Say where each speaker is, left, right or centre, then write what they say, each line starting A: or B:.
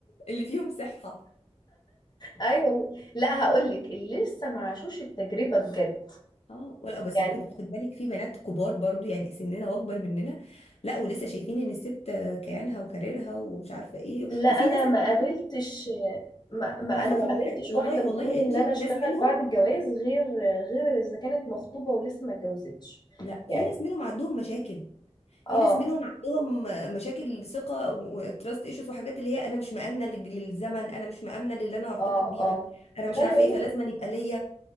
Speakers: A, on the left; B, on the left.
A: اللي فيهم صحه
B: ايوه لا هقول لك اللي لسه ما عاشوش التجربه بجد
A: اه ولا بس
B: يعني
A: خد خد بالك في بنات كبار برضو يعني سننا واكبر مننا لا ولسه شايفين ان الست كيانها وكاريرها ومش عارفه ايه
B: لا انا
A: وفي ناس
B: ما
A: منهم
B: قابلتش ما, ما
A: عارفه
B: انا ما
A: في
B: قابلتش
A: منا... والله
B: واحده بتقول
A: والله يا
B: ان
A: انجي
B: انا اشتغل
A: ناس منهم
B: بعد الجواز غير غير اذا كانت مخطوبه ولسه ما اتجوزتش
A: لا في
B: يعني
A: ناس منهم عندهم مشاكل في
B: اه
A: ناس منهم عندهم مشاكل ثقه وتراست ايشوز وحاجات اللي هي انا مش مامنه لل- للزمن انا مش مامنه للي انا هرتبط
B: اه
A: بيه
B: اه
A: ده انا مش
B: خلي
A: عارفه
B: بالك
A: ايه فلازم يبقى ليا